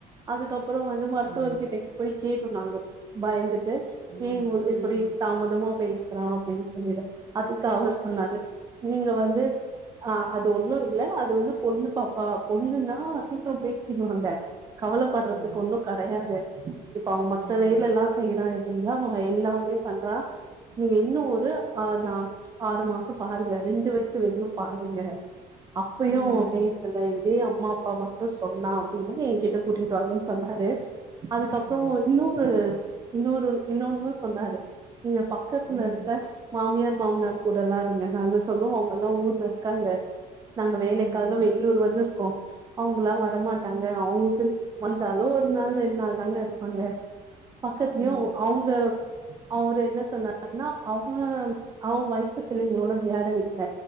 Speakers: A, on the right; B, on the right.
A: அதுக்கப்றோ வ ந்து மருத்துவர்கிட்டக்கு
B: ஆமா
A: போய் கேட்டோ நாங்க பயந்துட்டு
B: ம்
A: ஏ இப்டி
B: ம்
A: தாமதமா பேசுறா அப்டின் சொல்லிட்டு அதுக்கு அவர் சொன்னாரு நீங்க வந்து அ அது ஒண்ணு இல்ல அது வந்து பொண்ணு பாப்பா பொண்ணுன்னா சீக்ரோ பேசிடுவாங்க கவலப்படறதுக்கு
B: ஆமா
A: ஒன்னோ கெடையாது இப்ப அவ மத்த
B: ம்
A: வேலல்லா செய்றா செய்றா அவ எல்லாமே பண்றா நீங்க இன்னு ஒரு அ நா ஆறு மாசோ பாருங்க ரெண்டு வயசு வரையு பாருங்க அப்பயு
B: ம் ம்
A: அவ பேசல இதே அம்மா அப்பா மட்டோ சொன்னா அப்டின்னா நீ எ ங்கிட்ட கூட்டிட்டுவாங்கன்னு சொன்னாரு அதுக்கப்றோ
B: ஓ
A: இன்னொரு இன்னொரு இன்னொன்னு சொன்னாரு நீங்க பக்கத்துல
B: ம்
A: இருக்க மாமியார் மாமனார் கூடலா இருங்க நாங்க சொன்னோ அவங்கல்லா ஊர்ல இருக்காங்க நாங்க வேலைக்காக
B: ம் ம்
A: வெளியூர் வந்துருக்கோ அவங்ல்லா வரமாட்டாங்க அவுங்ளு வந்தாலு ஒரு நாள் ரெண்டு நாள் தாங்க இருப்பாங்க பக்கத்துலயு
B: ம்
A: அவுங்க அவரு என்ன சொன்னாருன்னா அவ அவ வயசு பிள்ளைகளோட விளையாட விடுங்க